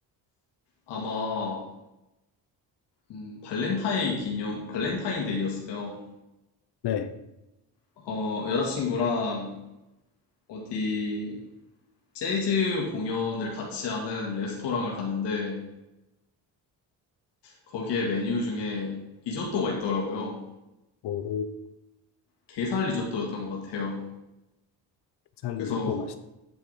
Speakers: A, on the left; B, on the left.
A: 아마, 음, 발렌타인 기념, 발렌타인데이였어요.
B: 네.
A: 어, 여자친구랑 어디 재즈 공연을 같이 하는 레스토랑을 갔는데, 거기에 메뉴 중에 리조또가 있더라고요.
B: 오,
A: 게살 리조또였던 것 같아요.
B: 살
A: 그래서
B: 리조또 맛있다.